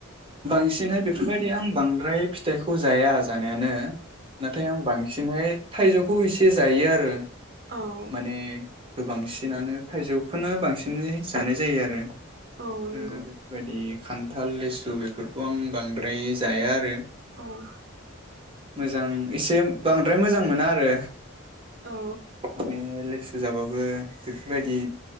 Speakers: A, on the right (about 25°); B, on the right (about 50°).
A: बांसिनहाय बेफोरबायदि आं बांद्राय फिथाइखौ जाया जानायानो नाथाय आं बांसिनहाय थाइजौखौ एसे जायो आरो
B: औ
A: माने गोबांसिनानो थाइजौ खौनो बांसिनै जानाय जायो आरो हो
B: औ नंगौ
A: बेफोरबादि खान्थाल लिसु बेफोरखौ आं बांद्राय जाया आरो
B: औ
A: मोजां एसे बांद्राय मोजां मोना आरो
B: औ
A: माने लेसु जाबाबो बो बेफोरबायदि